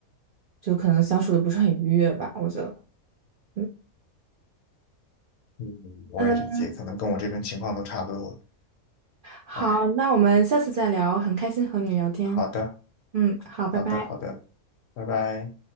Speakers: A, on the right; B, on the left.
A: 就可能相处的不是很愉悦吧，我觉得。嗯
B: 嗯，我也理解，
A: 嗯，
B: 可能跟我这边情况都差不多。
A: 好，
B: 哎，
A: 那我们下次再聊，很开心和你聊天。
B: 好的，
A: 嗯，好，拜拜。
B: 好的，好的，拜拜。